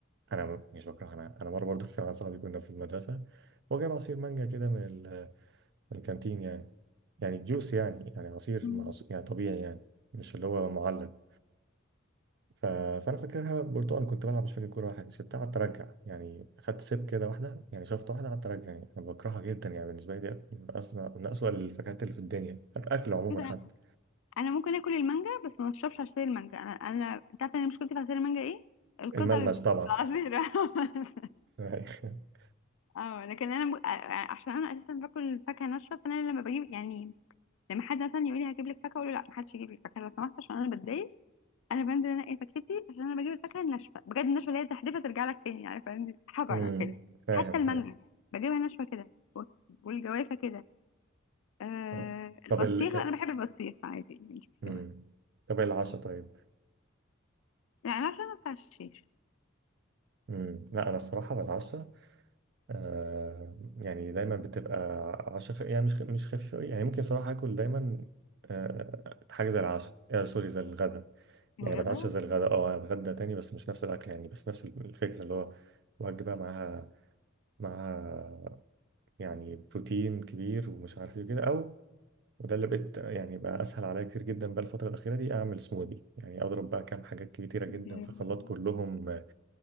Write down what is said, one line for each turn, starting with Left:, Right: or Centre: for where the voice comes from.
Right: انا م- مش بكرهها انا انا مرة برضو كان مع صاحبي كنا في المدرسة هو جايب عصير مانجا كده من الكانتين يعني يعني جوس يعني يعني عصير
Left: مم.
Right: مع عص- يعني طبيعي يعني مش اللي هو معلب ف... فانا فاكرها برتقال كنت بلعب مش فاكر كوره ولا حاجه سبتها قعدت ارجع يعني خدت سيب كده واحده يعني شفت واحده قعدت ارجع يعني انا بكرهها جدا يعني بالنسبه لي دي من أسوأ من أسوأ الفاكهات اللي في الدنيا الاكل عموما
Left: بس
Right: حتى
Left: انا ممكن اكل المانجا بس ما اشربش عصير المانجا انا انا انت عارفه انا مشكلتي في عصير المانجا ايه القطع
Right: الملمس
Left: اللي بتبقى
Right: طبعا
Left: عصير <laughs>
Right: <laughs>
Left: اه لكن انا ب... عشان انا اساسا باكل فاكهه ناشفه فانا لما بجيب يعني لما حد مثلا يقول لي هجيب لك فاكهه اقول له لا ما حدش يجيب لي فاكهه لو سمحت عشان انا بتضايق انا بنزل انقي فاكهتي عشان انا بجيب الفاكهه الناشفه بجد الناشفه اللي هي تحدفها ترجع لك تاني عارفه يعني حجره
Right: امم
Left: كده
Right: فاهم
Left: حتى المانجا
Right: فاهم
Left: بجيبها ناشفه كده وال- والجوافه كده آه
Right: طب
Left: البطيخ
Right: طب ال
Left: انا بحب البطيخ عادي مش
Right: امم
Left: كمان
Right: طب العشاء طيب
Left: يعني عشان ما بتاع الشيش
Right: امم لا انا الصراحه بالعشاء آه يعني دايما بتبقى عشاء خ... يعني مش خ... مش خفيفة أوي يعني ممكن صراحة آكل دايما آه حاجة زي العشاء آه سوري زي الغدا
Left: الغداء
Right: يعني بتعشى زي
Left: <clears throat>
Right: الغدا اه أتغدى تاني بس مش نفس الأكل يعني بس نفس الفكرة اللي هو وجبة معاها معاها يعني بروتين كبير ومش عارف ايه كده أو وده اللي بقيت يعني بقى أسهل عليا كتير جدا بقى الفترة الأخيرة دي أعمل سموذي يعني أضرب بقى كام حاجات كتيرة جدا
Left: يعني
Right: في خلاط كلهم آه،